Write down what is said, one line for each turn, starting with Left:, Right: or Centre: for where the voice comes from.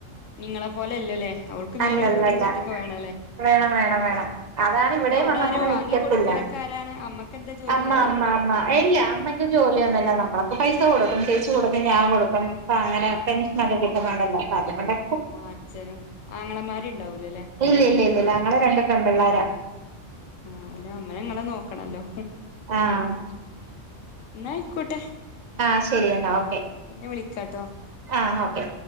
Left: നിങ്ങളെ പോലെ അല്ലല്ലേ അവൾക്ക് മീനും
Right: അല്ലല്ലല്ല
Left: ചിക്ക ഇതൊക്കെ വേണം അല്ലേ
Right: വേണം വേണം വേണം അതാണ് ഇവിടെയും
Left: അവിടെ
Right: വന്ന്
Left: ആരോ
Right: അങ്ങനെ
Left: വാങ്ങി
Right: നിക്കത്തില്ല
Left: കൊടുക്കലൊക്കെ ആരാണ് അമ്മക്ക് എന്താ ജോലി
Right: അമ്മ
Left: ഉണ്ടോ
Right: അമ്മ അ മ്മ ഇല്ല അമ്മക്ക് ജോലിയൊന്നും ഇല്ല നമ്മളൊക്കെ പൈസ കൊടുക്കും ചേച്ചി കൊടുക്കും ഞാൻ കൊടുക്കും അപ്പ അങ്ങനെ പെൻഷനൊക്കെ കിട്ടുന്നുണ്ടല്ലോ അപ്പൊ അതുകൊണ്ടെ
Left: ആഹ് അച്ഛനും ആങ്ങളമാരും ഉണ്ടാവൂല്ലല്ലേ
Right: ഇല്ല ഇല്ല ഇല്ല ഇല്ല ഞങ്ങള് രണ്ട് പെൺ പിള്ളാരാ
Left: ആഹ് അപ്പോ പിന്നെ അമ്മേനെ നിങ്ങള് നോക്കണോല്ലോ
Right: ആഹ്
Left: എന്നാ ആയിക്കോട്ടെ
Right: ആഹ് ശരിയെന്നാ ഓക്കെ
Left: പിന്നെ വിളിക്കാട്ടോ
Right: ആഹ് ഓക്കെ